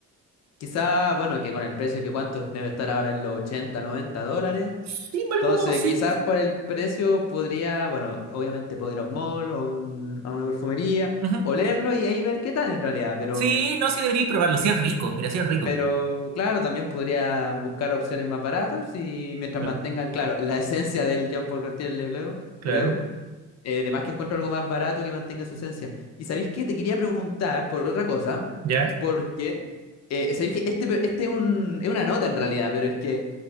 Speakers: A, on the left; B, on the right.
A: Quizá, bueno, que con el precio que cuánto debe estar ahora en los 80, 90 dólares.
B: Sí, vale,
A: Entonces,
B: como sí.
A: quizás por el precio podría, bueno, obviamente podría ir a un mall o a, un- a una perfumería,
B: Ujú.
A: olerlo y ahí ver qué tal en realidad. Pero
B: Sí, no, sí deberíais probarlo. Sí es rico, mira, sí es rico.
A: Pero claro, también podría buscar opciones más baratas y mientras
B: Claro,
A: mantengan, claro, la esencia del Jean-Paul Gaultier Lebleu,
B: claro.
A: Lebeau, eh, además que encuentro algo más barato que mantenga su esencia. ¿Y sabéis qué? Te quería preguntar por otra cosa,
B: Ya,
A: porque eh, sabéis que este, pe- este es un- es una nota en realidad, pero es que